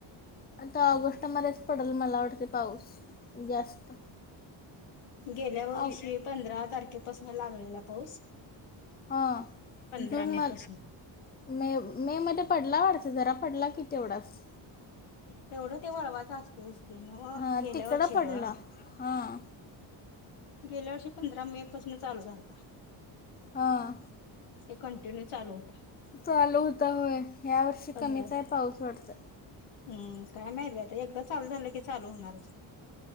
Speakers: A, on the left; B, on the left.
A: आता ऑगस्टमध्येच पडल मला वाटतं पाऊस जास्त.
B: गेल्यावर्षी
A: ऑग
B: पंधरा तारखेपासनं लागलेला पाऊस.
A: हां.
B: पंधरा
A: जून
B: मे
A: म
B: पासून
A: मे मे मध्ये पडला वाटतं जरा पडला की तेवढाच.
B: तेवढं ते वळवाचं असतंयच की नव
A: हां
B: गेल्या
A: तिकडं
B: वर्षी
A: पडला
B: गं.
A: हां
B: गेल्या वर्षी पंधरा मे पासनं चालू झालता.
A: हां.
B: ते कंटिन्यू चालू होता.
A: चालू होता होय ह्या वर्षी
B: पंधरा
A: कमीच आहे पाऊस वाटतं.
B: हम्म काय माहित बाई आता एकदा चालू झालं की चालू होणारच की.